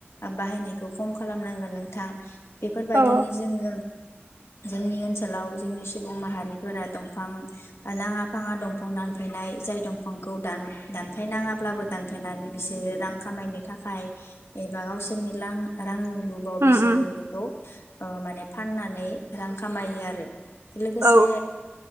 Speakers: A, on the left; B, on the right.
A: बाहायनायखौ खम खालामनांगोन नोंथां बेफोरबायदिनो
B: औ
A: जोङो जोंनि ओनसोलाव जोंनि सुबुं माहारिफोरा दंफां नाङा फाङा दंफां दानफायनाय जाय दंफांखौनम दानफायनाङाब्लाबो दानफायनानै बिसोरो रां खामायनो थाखाय एबा गावसोरनि लां रांनि लुबाव
B: उम
A: बिसोरो
B: उम
A: बेखौ ओ माने फाननानै रां खामायो आरो लोगोसे
B: औ